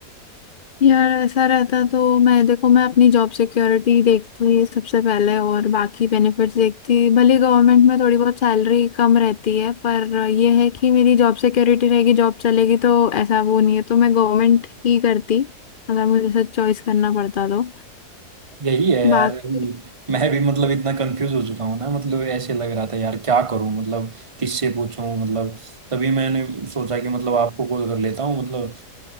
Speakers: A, on the left (about 45°); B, on the right (about 25°).
A: यार ऐसा रहता तो मैं देखो मैं अपनी जॉब सिक्योरिटी देखती सबसे पहले और बाकी बेनिफिट्स देखती भले गवर्नमेंट में थोड़ी बहुत सैलरी कम रहती है पर ये है कि मेरी जॉब सिक्योरिटी रहेगी जॉब चलेगी तो ऐसा वो नहीं है तो मैं गवर्नमेंट ही करती अगर मुझे ऐसा चॉइस करना पड़ता तो
B: यही है यार
A: बाकी
B: अभी मैं भी मतलब इतना कंफ्यूज हो चुका हूँ ना मतलब ऐसे लग रहा था यार क्या करूँ मतलब किससे पूछूं मतलब तभी मैंने सोचा कि मतलब आपको कॉल कर लेता हूँ मतलब